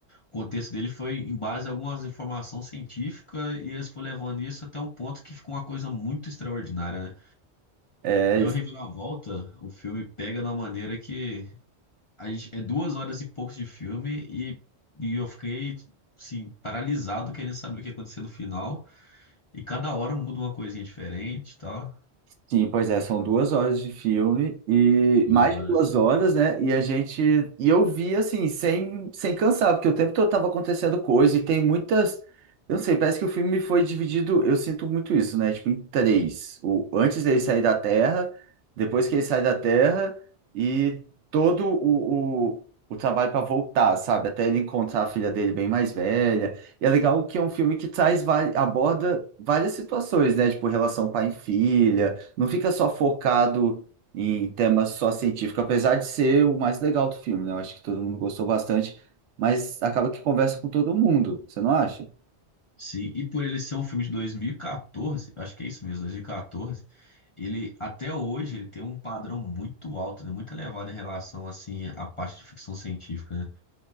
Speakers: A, on the left; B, on the right.
A: o contexto dele foi em base a algumas informações científicas e eles foram levando isso até um ponto que ficou uma coisa muito extraordinária, né?
B: É,
A: E é uma reviravolta, o filme pega de uma maneira que a gente, é duas horas e poucos de filme e, e eu fiquei, assim, paralisado querendo saber o que ia acontecer no final. E cada hora muda uma coisinha diferente e tal.
B: Sim, pois é, são duas horas de filme e
A: Duas
B: mais
A: horas.
B: de duas horas, né? E a gente e eu vi assim sem sem cansar, porque o tempo todo tava acontecendo coisa e tem muitas, eu não sei, parece que o filme foi dividido, eu sinto muito isso, né? Tipo em três, o antes dele sair da Terra, depois que ele sai da Terra e todo o, o, o trabalho para voltar, sabe? Até ele encontrar a filha dele bem mais velha. E é legal que é um filme que traz vari- aborda várias situações, né? Tipo relação pai e filha não fica só focado em temas só científicos, apesar de ser o mais legal do filme, né? Eu acho que todo mundo gostou bastante, mas acaba que conversa com todo mundo, você não acha?
A: Sim, e por ele ser um filme de 2014, acho que é isso mesmo, 2014, ele até hoje ele tem um padrão muito alto, né, muito elevado em relação assim à parte de ficção científica, né?